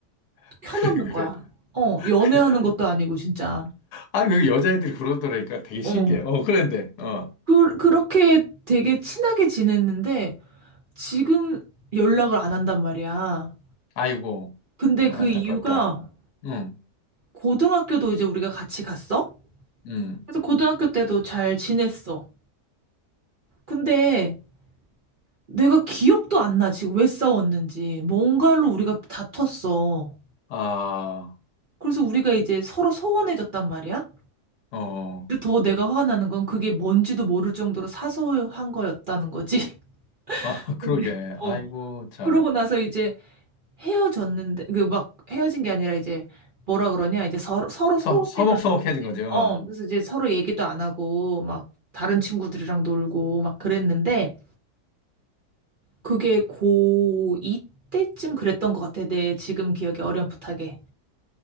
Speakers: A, on the left; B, on the right.
A: <laughs>
B: 켜놓는
A: 그래, 그래,
B: 거야. 어, 연애하는
A: 그래.
B: 것도 아니고 진짜.
A: 아, 그 여자애들이 그러더라니까 되게
B: 어.
A: 신기해. 어, 그런데, 어,
B: 그, 그렇게 되게 친하게 지냈는데 지금 연락을 안 한단 말이야.
A: 아이고,
B: 근데 그
A: 안타깝다.
B: 이유가
A: 응,
B: 고등학교도 이제 우리가 같이 갔어?
A: 응,
B: 그래서 고등학교 때도 잘 지냈어. 근데 내가 기억도 안 나, 지금 왜 싸웠는지. 뭔가로 우리가 다퉜어.
A: 아,
B: 그래서 우리가 이제 서로 서운해졌단 말이야.
A: 어.
B: 근데 더 내가 화가 나는 건 그게 뭔지도 모를 정도로 사소한 거였다는 거지. <laughs>
A: 아, <laughs>
B: 근데
A: 그러게.
B: 어.
A: 아이고, 참.
B: 그러고 나서 이제 헤어졌는데 그 막 헤어진 게 아니라 이제 뭐라 그러냐 이제 서로 서로
A: 서,
B: 소홀해졌
A: 서먹서먹해진 거죠.
B: 어
A: 어.
B: 그래서 이제 서로 얘기도 안 하고 막 다른 친구들이랑 놀고 막 그랬는데 그게 고2 때쯤 그랬던 것 같아 내 지금 기억에 어렴풋하게